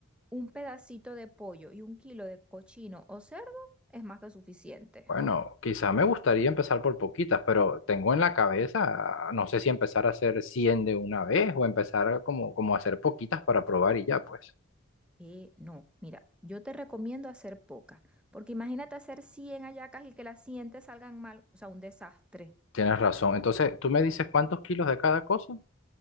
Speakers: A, in the centre; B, on the left.
A: un pedacito de pollo y un kilo de cochino o cerdo, es más que suficiente.
B: Bueno, quizá me gustaría empezar por poquitas, pero tengo en la cabeza, no sé si empezar a hacer 100 de una vez o empezar a como, como hacer poquitas para probar y ya, pues.
A: Eh, no, mira, yo te recomiendo hacer pocas, porque imagínate hacer 100 hallacas y que las 100 te salgan mal, o sea, un desastre.
B: Tienes razón. Entonces, ¿tú me dices cuántos kilos de cada cosa?